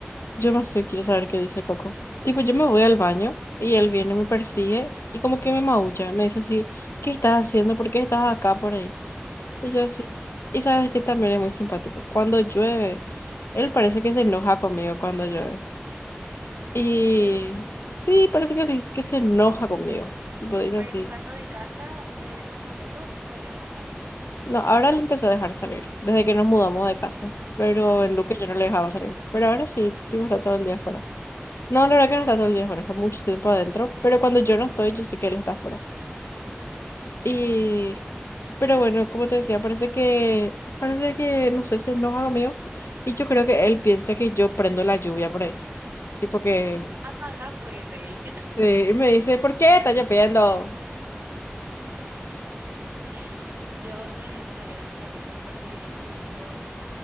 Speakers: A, on the left; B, on the right.
A: yo más sé, quiero saber qué dice Coco. Tipo, yo me voy al baño y él viene, me persigue y como que me maulla. Me dice así, ¿qué estás haciendo? ¿Por qué estás acá por ahí? Y yo así. Y sabes que también es muy simpático. Cuando llueve, él parece que se enoja conmigo cuando llueve. Y
B: en serio.
A: sí, parece que sí, es que se enoja conmigo. Tipo, dice
B: Pero
A: así.
B: es un gato de casa, de departamento, tipo le deja salir también.
A: No, ahora le empezó a dejar salir, desde que nos mudamos de casa. Pero en
B: Ujú,
A: Luque yo no le dejaba salir. Pero ahora sí, tipo está todo el día afuera. No, la verdad que no está todo el día afuera, está mucho tiempo adentro. Pero cuando yo no estoy, yo sé que él está afuera. Y,
B: ujú.
A: pero bueno, como te decía, parece que, parece que, no sé, se enoja conmigo. Y yo creo que él piensa que yo prendo la lluvia por ahí. Tipo que,
B: Apaga pues, ey.
A: sí, y me dice, ¿por qué está lloviendo?
B: <laughs> Yo no les dejo salir a mis gatitos porque yo vivo